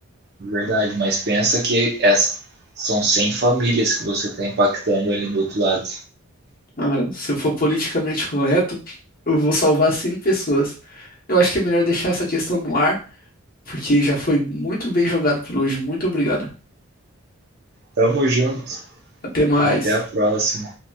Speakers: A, on the right; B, on the left.
A: Verdade, mas pensa que es- são 100 famílias que você está impactando ali no outro lado.
B: Cara, se eu for politicamente correto, eu vou salvar 100 pessoas. Eu acho que é melhor deixar essa questão no ar, porque já foi muito bem jogado por hoje. Muito obrigado.
A: Tamo junto.
B: Até mais.
A: Até a próxima.